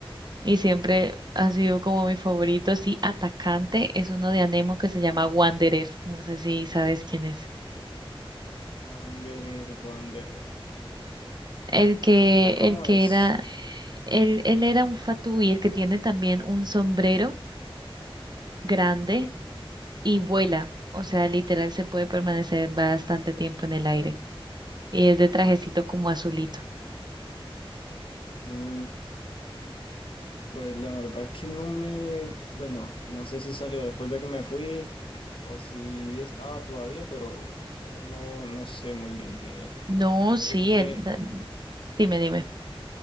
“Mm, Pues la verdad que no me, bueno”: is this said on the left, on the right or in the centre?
Left